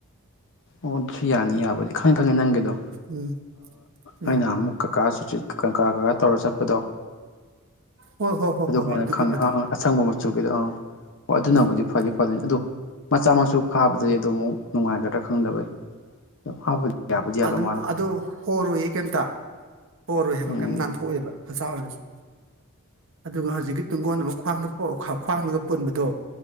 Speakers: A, on the left; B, on the right.
A: ꯑꯣ ꯑꯗꯨꯁꯨ ꯌꯥꯅꯤ ꯌꯥꯕꯨꯗꯤ ꯈꯪꯉꯦ ꯈꯪꯉꯦ ꯅꯪꯒꯤꯗꯣ
B: ꯎꯝ ꯎꯝ
A: ꯑꯩꯅ ꯑꯃꯨꯛ ꯀꯀꯥ ꯁꯨꯆꯠ ꯀꯀꯥ ꯀꯀꯥ ꯇꯧꯔ ꯆꯠꯄꯗꯣ
B: ꯍꯣꯏ ꯍꯣꯏ ꯍꯣꯏ
A: ꯑꯗꯨꯃꯥꯏꯅ
B: ꯍꯣꯏ ꯍꯣꯏ ꯑꯗꯨꯒꯨꯝꯕꯗꯣ
A: ꯈꯪꯉꯦ ꯑꯪ ꯑꯁꯪꯕ ꯃꯆꯨꯒꯤꯗꯣ ꯑꯪ ꯍ ꯑꯗꯨꯅꯕꯨꯗꯤ
B: ꯎꯝ ꯎꯝ
A: ꯐꯗꯤ ꯐꯗꯣꯏꯅꯤ ꯑꯗꯨꯗꯣ ꯃꯆꯥ ꯃꯁꯨ ꯐꯥꯕꯗꯗꯤ ꯑꯗꯨꯝꯃꯨꯛ ꯅꯨꯡꯉꯥꯏꯒꯗ꯭ꯔꯥ ꯈꯪꯗꯕꯩ ꯑꯗꯣ ꯐꯥꯕꯗꯤ ꯌꯥꯕꯨꯗꯤ ꯌꯥꯗꯧ
B: ꯑꯗꯨꯝ
A: ꯃꯥꯜꯂꯦ
B: ꯑꯗꯨ ꯍꯔꯣꯏꯌꯦ ꯀꯩꯝꯇ ꯄꯔꯣꯏ ꯍꯥꯏꯕ
A: ꯎꯝ
B: ꯀꯩꯝ ꯅꯥꯟꯊꯣꯛꯑꯦꯕ ꯃꯆꯥ ꯑꯣꯏꯔꯁꯨ ꯑꯗꯨꯒ ꯍꯧꯖꯤꯛꯀꯤ ꯇꯨꯡꯒꯣꯟ ꯑꯃ ꯈ꯭ꯋꯥꯡꯗ ꯈ꯭ꯋꯥꯡꯂꯒ ꯄꯨꯟꯕꯗꯣ